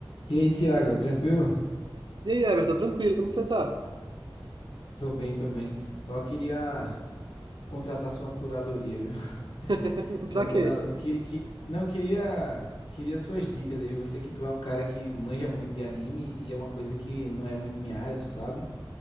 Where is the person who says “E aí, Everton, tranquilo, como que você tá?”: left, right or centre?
Right